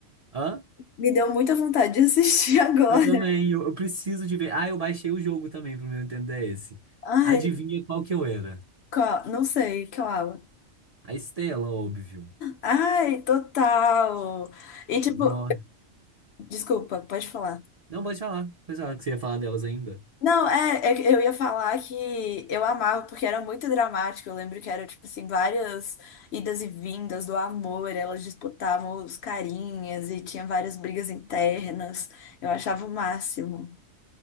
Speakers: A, on the right; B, on the left.
A: Hã?
B: Me deu muita vontade de assistir <laughs> agora.
A: Eu também, eu, eu preciso de ver. Ah, eu baixei o jogo também pro meu Nintendo DS.
B: Ai,
A: Adivinha qual que eu era?
B: qual? Não sei, qual?
A: A Estela, óbvio.
B: Ai, total. E tipo,
A: Nossa.
B: desculpa, pode falar.
A: Não, pode falar. Pode falar que você ia falar delas ainda.
B: Não, é, é que eu ia falar que eu amava porque era muito dramático. Eu lembro que era tipo assim, várias idas e vindas do amor, elas disputavam os carinhas e tinha várias brigas internas. Eu achava o máximo.